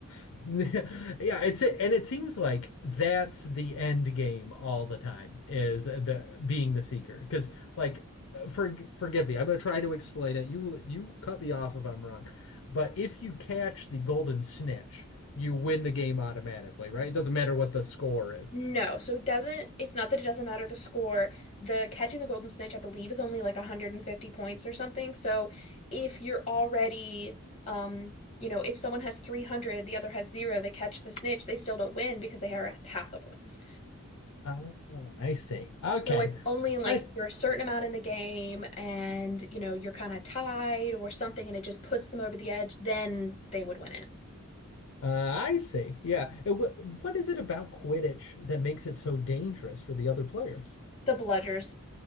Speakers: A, on the left; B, on the left.
A: <laughs> Yeah, it's it, and it seems like that's the end game all the time is the being the seeker. Because like for forgive me, I'm gonna try to explain it. You you cut me off if I'm wrong. But if you catch the golden snitch, you win the game automatically, right? It doesn't matter what the score is.
B: No, so it doesn't, it's not that it doesn't matter the score. The catching the golden snitch, I believe, is only like 150 points or something. So if you're already, um, you know, if someone has 300, the other has zero, they catch the snitch, they still don't win because they are at half the points.
A: Oh, I see. Okay.
B: So it's only like
A: I
B: if you're a certain amount in the game and, you know, you're kind of tied or something and it just puts them over the edge, then they would win it.
A: uh, I see. Yeah. And wh- what is it about Quidditch that makes it so dangerous for the other players?
B: the bludgers.